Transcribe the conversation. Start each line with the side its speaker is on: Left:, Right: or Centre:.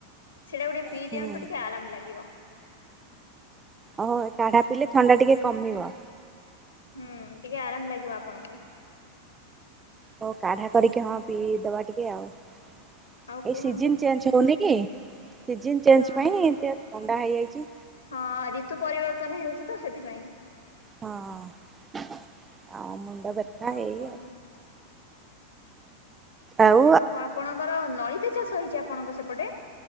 Left: ସେଇଟା ଗୋଟେ ପି
Right: ହୁଁ।
Left: ଦିଅନ୍ତୁ ଟିକେ ଆରାମ ଲାଗିବ।
Right: ଓହ କାଢା ପିଇଲେ ଥଣ୍ଡା ଟିକେ କମିବ।
Left: ହୁଁ ଟିକେ ଆରାମ ଲାଗିବ ଆପଣଙ୍କୁ।
Right: ହଉ କାଢା କରିକି ହଁ ପିଇଦବା ଟିକେ ଆଉ। ଏଇ
Left: ଆଉ କୁହନ୍ତୁ
Right: ସିଜିନ ଚେଞ୍ଜ ଉନି କି ସିଜନ ଚେଞ୍ଜ
Left: ହଁ
Right: ପାଇଁ ଏ ଥଣ୍ଡା ହେଇଯାଇଛି।
Left: ହଁ ରିତୁ ପରିବର୍ତ୍ତନ ହେଉଛି ତ ସେଥିପାଇଁ।
Right: ହଁ ଆ ମୁଣ୍ଡ ବ୍ୟଥା
Left: ଆଉ
Right: ଏଇ
Left: <unintelligible>
Right: ଆଉ
Left: ଆପଣଙ୍କର ନଳିତା ଚାଷ ହେଇଛି ଆପଣଙ୍କ ସେପଟେ?